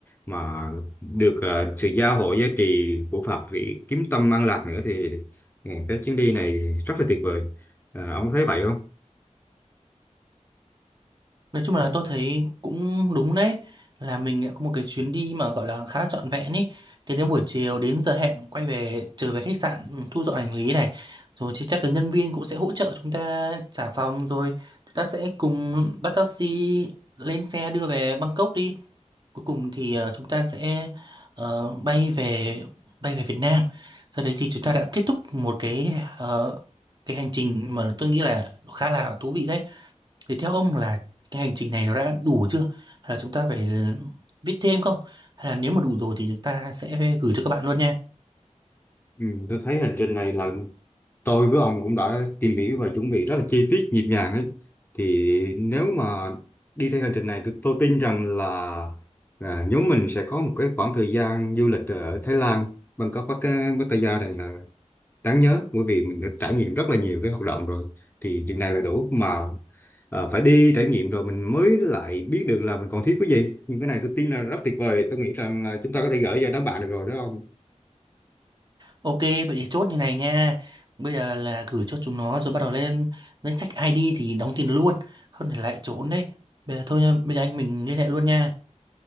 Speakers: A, on the left; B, on the right.
A: mà được ờ, sự gia hộ giá trị của Phật để kiếm tâm an lạc nữa thì ừ, cái chuyến đi này rất là tuyệt vời. Ờ, ông có thấy vậy không?
B: Nói chung là tôi thấy cũng đúng đấy là mình đã có một cái chuyến đi mà gọi là khá là trọn vẹn ý. Thì đến buổi chiều đến giờ hẹn quay về trở về khách sạn ừ, thu dọn hành lý này rồi thì chắc là nhân viên cũng sẽ hỗ trợ chúng ta trả phòng rồi chúng ta sẽ cùng bắt taxi lên xe đưa về Bangkok đi. Cuối cùng thì ờ, chúng ta sẽ ờ, bay về bay về Việt Nam. Sau đấy thì chúng ta đã kết thúc một cái ờ, cái hành trình mà tôi nghĩ là khá là thú vị đấy. Thì theo ông là cái hành trình này nó đã đủ chưa? Hay là chúng ta phải viết thêm không? Hay là nếu mà đủ rồi thì chúng ta sẽ gửi cho các bạn luôn nha.
A: Ừ, tôi thấy hành trình này là tôi với ông cũng đã tìm hiểu và chuẩn bị rất là chi tiết nhịp nhàng ấy thì nếu mà đi theo hành trình này tôi, tôi tin rằng là à, nhóm mình sẽ có một cái khoảng thời gian du lịch ở Thái Lan Bangkok Pattaya Pattaya này là đáng nhớ bởi vì mình đã trải nghiệm rất là nhiều cái hoạt động rồi thì chừng này là đủ mà à, phải đi trải nghiệm rồi mình mới lại biết được là mình còn thiếu cái gì nhưng cái này tôi tin là rất tuyệt vời tôi nghĩ rằng là chúng ta có thể gửi cho đám bạn được rồi đó ông
B: Ok, vậy thì chốt như này nha. Bây giờ là gửi cho chúng nó rồi bắt đầu lên danh sách ID thì đóng tiền luôn. Không thì lại trốn đấy. Bây giờ thôi nha, bây giờ anh mình liên hệ luôn nha.